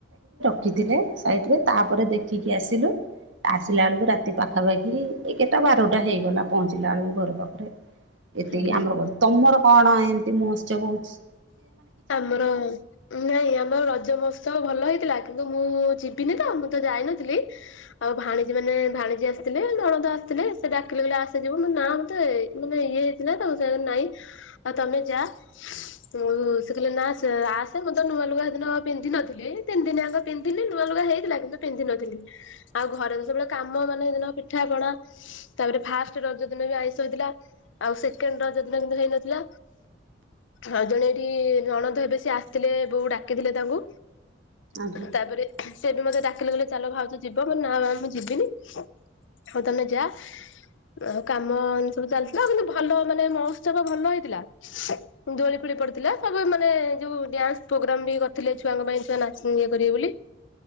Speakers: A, on the right (about 80°); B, on the left (about 80°).
A: ରଖିଥିଲେ ସାଇଟି ରେ ତାପରେ ଦେଖିକି ଆସିଲୁ। ଆସିଲା ବେଳକୁ ରାତି ପାଖାପାଖି ଏଗଟା ବାରଟା ହେଇଗଲା ପହଞ୍ଚିଲା ବେଳକୁ ଘର ପାଖକୁ।
B: ଆଜ୍ଞା
A: ଏତିକି ଆମର କ ତମର କଣ ଏମିତି ମୁତ୍ସବ ହୋଉଛି?
B: ଆମର ନାଇଁ ଆମର ରଜ ମହୋତ୍ସବ ଭଲ ହେଇ ଥିଲା କିନ୍ତୁ ମୁଁ ଯିବିନି ତ ମୁଁ ତ ଯାଇନଥିଲି ଆଉ ଭାଣିଜୀ ମାନେ ଭାଣିଜୀ ଆସିଥିଲେ ନ ଆସିଥିଲେ ସେ ଡାକିଲେ ଆସିଲେ ଆସେ ଯିବୁ ନାଁ ମତେ ମାନେ ଇଏ ହେଇଥିଲା ତା ସାଙ୍ଗ ନାଇଁ ଆଉ ତମେ ଯା ଉ ସେ କହିଲେ ନାଁ ସେ ଆସେ ମୁଁ ତ ନୂଆ ଲୁଗା ହେଦିନ ପିନ୍ଧିନଥିଲି ତିନି ଦିନଆ ପିନ୍ଧିଲି ନୂଆ ଲୁଗା ହେଇଥିଲା କିନ୍ତୁ ପୀଧିନଥିଲି ଆଉ ଘରେ ଯେବେଳେ କାମ ମାନେ ପିଠା ପଣା ତାପରେ ଫାଷ୍ଟ ରଜ ଦିନ ଆଇଁସ ଥିଲା ଆଉ ସେକେଣ୍ଡ ରଜ ଦିନ ହେଇନଥିଲା ଆଉ ଜଣେ ଏଠି ଜଣନ୍ତ ହେବେ ସେ ଆସିଥିଲେ ବୋଉ ଡାକିଥିଲେ ତାଙ୍କୁ
A: ଆଜ୍ଞା
B: ତାପରେ ସେ ବି ମତେ ଡକିଲେ ଚାଲ ଭାଉଜ ଯିବ ନାଁ ମୁଁ ଯିବିନି ଆଉ ତମେ ଯା ଆଉ କାମ ଏତି ସବୁ ଚାଲିଥିଲା ଆଉ କିନ୍ତୁ ଭଲ ମାନେ ମହୋତ୍ସବ ଭଲ ହେଇଥିଲା ଦୋଳି ଫୋଳି ପଡିଥିଲା। ସ ମାନେ ଯୋଉଁ ଡ୍ୟାନ୍ସ ପ୍ରୋଗ୍ରାମ ବି କରିଥିଲେ ଛୁଆଙ୍କ ପାଇଁ ଛୁଆ ନାଚ ଇଏ କରିବେ ବୋଲି।